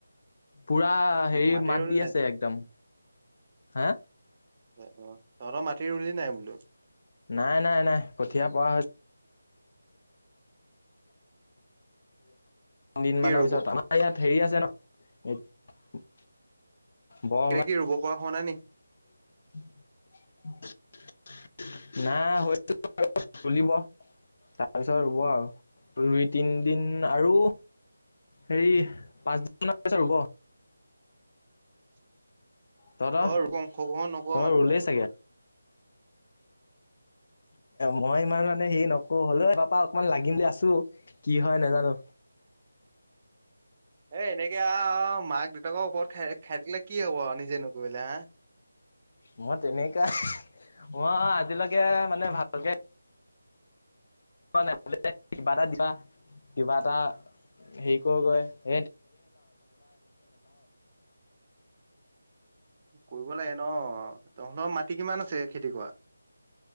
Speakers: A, on the left (about 45°); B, on the right (about 25°).
A: পুৰা হেৰি
B: মাটি
A: মাত
B: ৰুলি
A: দি
B: নাই
A: আছে
B: তই?
A: একদম হা।
B: অ' তহঁতৰ মাটি ৰুল নাই বোলো?
A: নাই নাই নাই কঠীয়া পোৱা। তিদিনমানৰ
B: কি ৰুব
A: পিছত আমাৰ ইয়াত হেৰি আছে ন বৰ
B: এতিয়া কি ৰুব পৰা হোৱা নাই নিকে।
A: <unintelligible> না হয়তো। তুলিব তাৰপিছত ৰুব আৰু দুই তিনদিন আৰু হেৰি পাঁচদিন মান পিছত ৰুব।
B: <inaudible>
A: তহঁতৰ
B: অ ৰূপম খকোৱা নকোৱা
A: তহঁতৰ
B: মানে
A: ৰুলেই
B: তাত।
A: চাগে
B: <inaudible>
A: মই ইমান মানে হেৰি নকো হ'লেও পাপা অকমান লাগিম বুলি আছো কি হয় নাজানো।
B: এ এনেকে মাক দেউতাকৰ ওপৰত খাই-খাই দাকিলে কি হব নিজে নকৰিলে হা। <inaudible>
A: মই তেনেকুৱা মই আজিলৈকে মানে ভাতকে পোৱা নাই কিবা এটা দিবা কিবা এটা। হেৰি কৰো গৈ এ।
B: <unintelligible> কৰিব লাগে ন তহঁতৰ মাটি কিমান আছে খেতি কৰা।